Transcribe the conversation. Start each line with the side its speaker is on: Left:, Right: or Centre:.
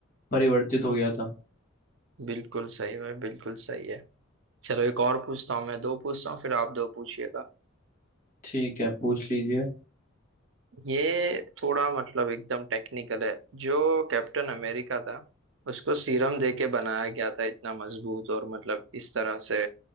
Left: परिवर्तित हो गया था
Right: बिल्कुल सही है बिल्कुल सही है चलो एक और पूछता हूँ मैं दो पूछता हूँ फिर आप दो पूछिएगा
Left: ठीक है पूछ लीजिए
Right: ये थोड़ा मतलब एकदम टेक्निकल है जो कैप्टन अमेरिका था उसको सीरम दे के बनाया गया था इतना मजबूत और मतलब इस तरह से